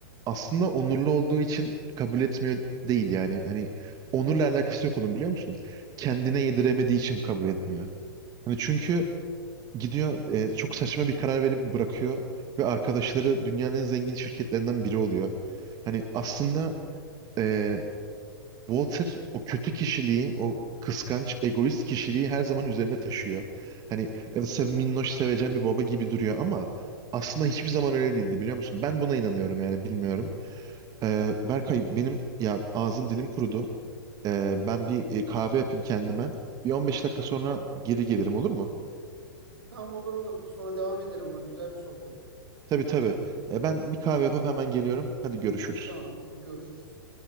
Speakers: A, on the right; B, on the right.
A: Aslında onurlu olduğu için kabul etmiyor değil yani. Hani onurla alakası yok onun biliyor musun? Kendine yediremediği için kabul etmiyor. Hani çünkü gidiyor e, çok saçma bir karar verip bırakıyor ve arkadaşları dünyanın en zengin şirketlerinden biri oluyor. Hani aslında e, Walter o kötü kişiliği, o kıskanç, egoist kişiliği her zaman üzerinde taşıyor. Hani evet sev, minnoş sevecen bir baba gibi duruyor ama aslında hiçbir zaman öyle değildi biliyor musun? Ben buna inanıyorum yani bilmiyorum. Ee, Berkay benim ya ağzım dilim kurudu. Ee, ben bir e, kahve yapayım kendime. Bir 15 dakika sonra geri gelirim olur mu?
B: Tamam olur olur. Sonra devam edelim ama güzel bir sohbet.
A: Tabii tabii. Ee, ben bir kahve yapıp hemen geliyorum. Hadi görüşürüz.
B: Tamam görüşürüz.